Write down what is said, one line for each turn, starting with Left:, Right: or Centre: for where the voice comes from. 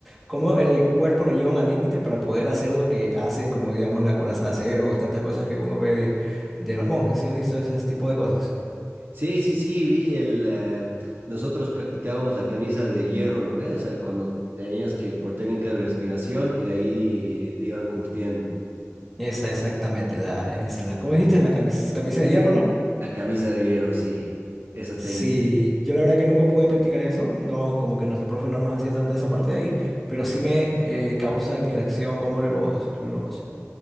Centre: cómo el cuerpo lo llevan al límite para poder hacer lo que hacen, como digamos la coraza de acero, tantas cosas que uno ve de los monjes, ¿sí has visto ese tipo de cosas?
Right: Sí, sí, sí, vi el... eh, nosotros practicábamos la camisa de hierro, ¿no? ve? O sea, cuando tenías que por técnica de respiración y de ahí te iban curtiendo.
Centre: Esa exactamente, la, esa, la, ¿cómo dijiste? La camis- camisa de hierro, ¿no?
Right: La camisa de hierro, sí, esa
Centre: Sí,
Right: técnica. ¿no?
Centre: yo la verdad que nunca pude practicar eso, no, como que nuestro profe no nos hacía tanta esa parte de ahí, pero sí me eh, causa admiración como los, los,